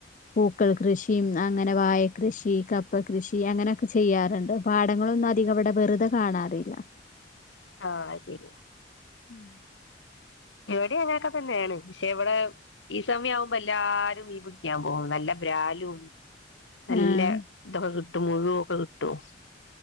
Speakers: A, on the left (about 45°); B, on the left (about 85°).
A: പൂക്കൾ കൃഷിയും അങ്ങനെ വായക്കൃഷി കപ്പ കൃഷി അങ്ങനൊക്കെ ചെയ്യാറുണ്ട്. പാടങ്ങളൊന്നു അധികവടെ വെറ്തെ കാണാറില്ല
B: ആഹ്ശെരി
A: ഉം
B: ഇവടേം അങ്ങനൊക്കെതന്നേണ് ഇശേ ഇവടെ ഈ സമ്യാവുമ്പോ എല്ലാരും മീൻ പിടിക്ക്യാപോവും നല്ല ബ്രാലും നല്ല
A: ആഹ്
B: ഇതൊക്കെകിട്ടും മുഴുഒക്കെകിട്ടും